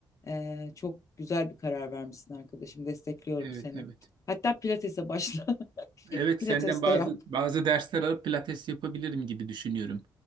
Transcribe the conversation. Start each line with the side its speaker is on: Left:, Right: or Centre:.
Left: eee, çok güzel bir karar vermişsin arkadaşım. Destekliyorum
Right: Evet
Left: seni.
Right: evet.
Left: Hatta pilatese başla. <laughs>
Right: Evet
Left: Pilates
Right: senden bazı
Left: de yap.
Right: bazı dersler alıp pilates yapabilirim gibi düşünüyorum.